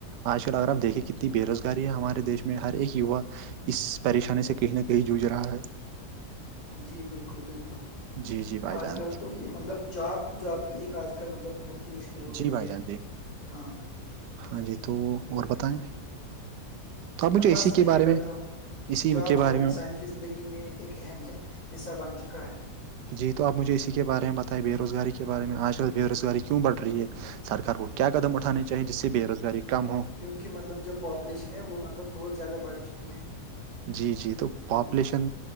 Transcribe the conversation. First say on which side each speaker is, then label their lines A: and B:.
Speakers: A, on the right (about 85°); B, on the left (about 60°).
A: آج کل اگر آپ دیکیں کتنی بے روزگاری ہے ہمارے دیش میں ہر ایک یوا اس پریشانی سے کہیں نہ کہیں جج رہا ہے
B: جی بالکل بالکل
A: جی جی بھائی
B: آج
A: جان
B: کل تو یہ مطلب جاب جاب بھی ایک آج کل مطلب بہت ہی مشکل ہو گئی
A: جی بھائی
B: ہے
A: جان جی
B: ہاں
A: ہاں جی تو اور بتائیں تو اب مجھے
B: بس
A: اسی کے
B: کیا
A: بارے
B: بتاؤں
A: میں اسی
B: جاب
A: کے بارے
B: ہر انسان
A: میں
B: کی زندگی میں ایک اہم حصہ بن چکا ہے
A: جی تو آپ مجھے اسی کے بارے میں بتائیں بے روزگاری کے بارے میں آج کل بے روزگاری کیوں بڑ رہی ہے سرکار کو کیا قدم اٹھانے چاہے جس سے بے روزگاری کم ہو
B: کہ مطلب جو پاپولیشن ہے وہ مطلب بہت زیادہ بڑھ چکی ہے
A: جی جی تو
B: اوم،
A: پاپولیشن